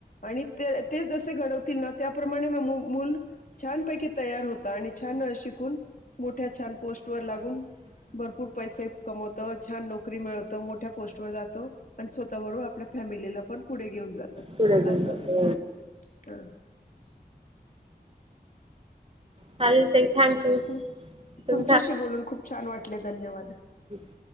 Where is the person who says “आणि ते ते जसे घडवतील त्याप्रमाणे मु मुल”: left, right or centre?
Left